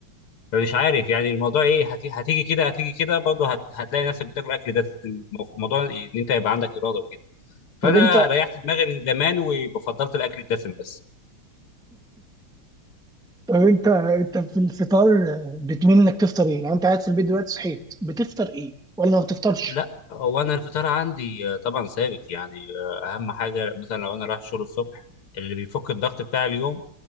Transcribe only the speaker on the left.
مش عارف يعني الموضوع ايه هت... هتيجي كده هتيجي كده برضه هت... هتلاقي نفسك بتاكل اكل ده الموضوع ان انت يبقى عندك اراده وكده فانا
ريحت دماغي من زمان وفضلت الاكل الدسم بس
لا هو انا الفطار عندي آه، طبعا ثابت يعني آه، اهم حاجه مثلا لو انا رايح الشغل الصبح اللي بيفك الضغط بتاع اليوم